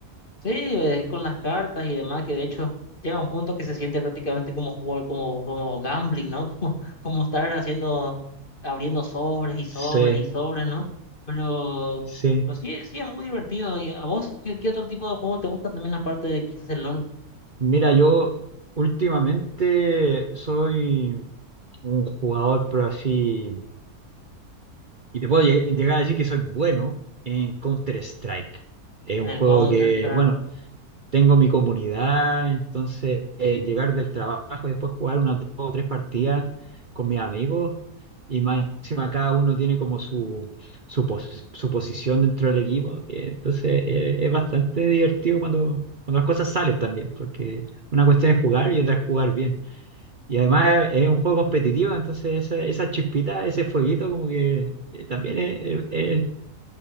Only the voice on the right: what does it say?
Sí,
sí.
Mira, yo últimamente soy un jugador, pero así. Y te puedo lleg- llegar a decir que soy bueno en Counter-Strike. Es
un juego
que,
bueno, tengo mi comunidad, entonces eh, llegar del trabajo y después jugar unas dos o tres partidas con mis amigos y más encima cada uno tiene como su, su, pos- su posición dentro del equipo. eh, Entonces eh, es bastante divertido cuando, cuando las cosas salen también, porque una cuestión es jugar y otra es jugar bien. Y además es un juego competitivo, entonces esa, esa chispita, ese fueguito como que eh, también es, es